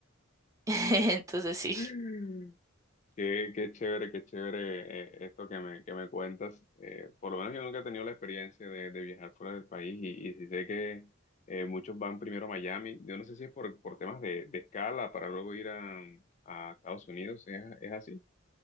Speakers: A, on the right; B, on the left.
A: <laughs> Entonces sí.
B: Mm. Qué, qué chévere, qué chévere eh, esto que me, que me cuentas. Eh, por lo menos yo nunca he tenido la experiencia de, de viajar fuera del país y, y sí sé que eh, muchos van primero a Miami. Yo no sé si es por, por temas de, de escala para luego ir a, a Estados Unidos. ¿Es, es así